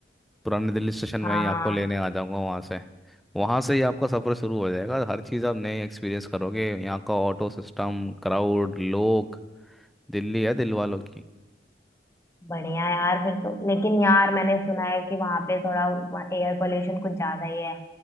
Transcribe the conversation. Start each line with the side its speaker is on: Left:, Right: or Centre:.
Centre: पुराने दिल्ली स्टेशन
Left: हाँ
Centre: में ही आपको लेने आ जाऊंगा वहाँ से वहाँ से ही आपका सफ़र शुरू हो जाएगा हर चीज़ आप नए एक्सपीरियंस करोगे यहाँ का ऑटो सिस्टम क्राउड लोग दिल्ली है दिल वालों की
Left: बढ़िया यार फिर तो लेकिन यार मैंने सुना है कि वहां पे थोड़ा एयर पोल्यूशन कुछ ज्यादा ही है